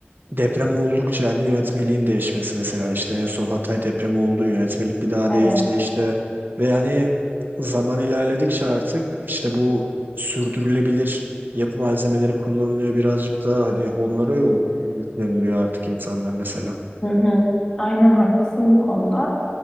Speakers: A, on the right (about 55°); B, on the left (about 25°).
A: deprem oldukça hani yönetmeliğin değişmesi mesela işte en son Hatay depremi oldu yönetmelik bir daha
B: Evet.
A: değişti işte ve hani zaman ilerledikçe artık işte bu sürdürülebilir yapı malzemeleri kullanılıyor birazcık da hani onlara yol yükleniliyor artık insanlar mesela.
B: Hı hı. Aynen haklısın bu konuda.